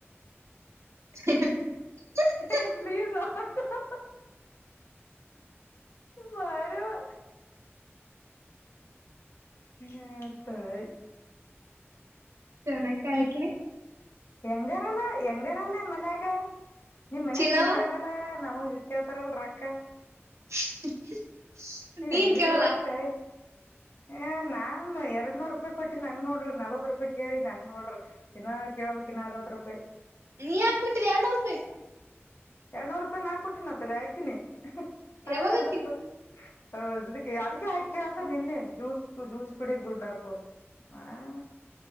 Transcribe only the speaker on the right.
<unintelligible>
<unintelligible>
ಚಿನ್ನವ
<unintelligible>
ನೀನ್
ಕೇಳಲ್ಲ
ನೀ ಹಾ ಕೊಟ್ಟಿದೆ ಎರಡ ನೂರ ರೂಪಾಯಿ
ಯಾವಾಗ
ಹಾಕಿದಿ